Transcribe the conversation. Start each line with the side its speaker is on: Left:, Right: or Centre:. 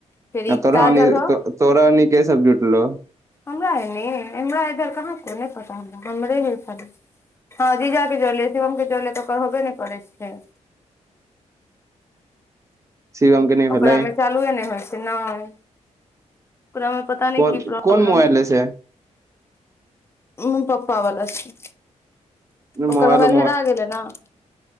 Left: फेर ई
Right: तोरा
Left: काजल
Right: ओनी
Left: हॅ
Right: तो, तोरा अनि के सब जुटलौ
Left: हमरा एने हमरा इधर कहाँ कोई नै पता हमरा हमरे हैय खाली हँ जीजा के जोड़ले, शिवम के जोड़ले तऽ ओकर होबे नऽ करै छै
Right: शिवम के नहि
Left: ओकरा
Right: भेलै
Left: में चालुए नैय होइ छै नय ओकरा मे पता नै
Right: कोन
Left: की प्रॉब्लम
Right: कोन मोबाइल
Left: छैय
Right: है से
Left: उऽ पप्पा वाला छै, ओकर
Right: मोबाइलो
Left: मोबाइल हेरा गेलै नऽ